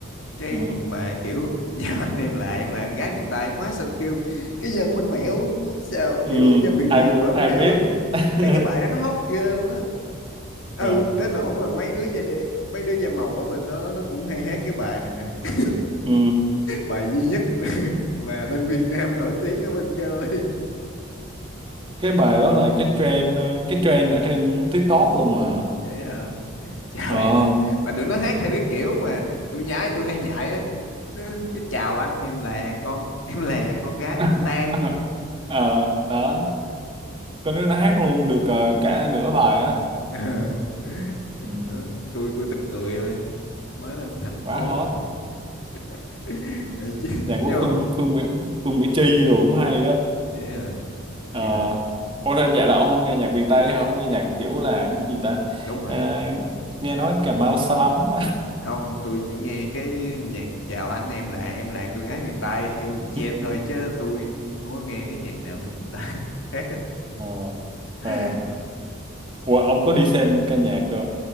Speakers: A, on the left; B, on the right.
A: cái
B: Ừ.
A: cuộc mà kiểu <laughs> giao anh em lại em là con gái miền Tây má sao kêu cái dân bên Mẻo sao
B: Ừ.
A: kiểu dân Việt
B: ai
A: kiều
B: cũng
A: mà ở
B: ai
A: bên Mẻo
B: cũng biết
A: á
B: <laughs>
A: ấy cái bài đó nó hot ghê luôn á ừ
B: Ờ.
A: tới nỗi mà mấy đứa da đen mấy đứa da màu ở bên đó nó cũng hay hát cái bài này nè
B: ừ.
A: bài duy nhất <laughs> mà bên Việt Nam nổi tiếng ở bên Cali
B: cái bài đó là cái trend ờ, cái trend ở trên TikTok luôn mà
A: vậy hả <laughs> chào
B: ờ
A: em mà tụi nó hát theo cái kiểu mà tôi nhái tôi hay nhại á Ừ, cái chào anh em là con em là con gái miền
B: <laughs>
A: Tây
B: Ờ, đó có đứa nó hát luôn được ờ, cả nửa bài á
A: <laughs> Ờ.
B: ừ.
A: Đó, tôi cứ tức cười thôi mới lên thành
B: quá
A: phố
B: hot
A: <laughs> Ừ, chứ
B: nhạc của
A: chứ mà-
B: Phương Phương Mỹ, Phương Mỹ Chi rồi cũng hay đó
A: vậy hả
B: Ờ,
A: Dạ,
B: ủa
A: dạ,
B: thế dạ là ông không nghe nhạc miền Tây hả? Không nghe nhạc kiểu là cái gì ta?
A: đúng rồi
B: Ờ, nghe nói Cà Mau xa lắm.
A: không tôi chỉ nghe cái nhạc chào anh em là em là con gái miền Tây theo trend
B: <laughs>
A: thôi chứ tôi không có nghe cái nhạc nào bên miền Tây <laughs> khác á.
B: Ờ, ờ.
A: <laughs>
B: Ủa, ông có đi xem ca nhạc ờ,